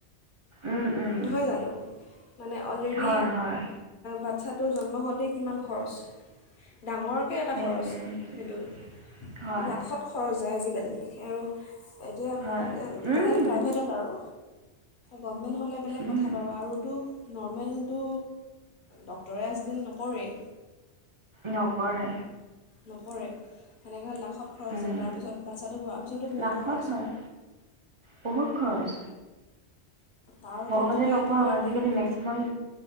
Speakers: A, on the right; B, on the left.
A: উম উম
B: নহয় জানো মানে অলৰেডি
A: হয় হয়
B: বাচ্ছাটোৰ জন্ম হওঁতে কিমান খৰচ? ডাঙৰকৈ এটা
A: সেইটোৱে
B: খৰচ
A: সেইটোৱে
B: সেইটো
A: হয়
B: লাখত খৰচ যায় আজি আৰু এতিয়া
A: হয় উম
B: মানে প্ৰাইভেটত আৰু গভমে <unintelligible> বেলেগ
A: উম
B: কথা বাৰু আৰুতো নৰ্মেলটো ডক্তৰে আজিকালি নকৰেই
A: নকৰে
B: নকৰে হেনেকে লাখ ত খৰচ
A: উম
B: হয় তাৰপিছত বাচ্ছাটো হোৱাৰ পিছতো বহুত
A: লাখত
B: খৰচ
A: হয় বহুত খৰচ
B: তাৰ ওপৰত
A: ভগৱানে
B: যদি
A: নকৰক
B: এইটো বাৰ্ডেন
A: আজিকালি মেক্সিমাম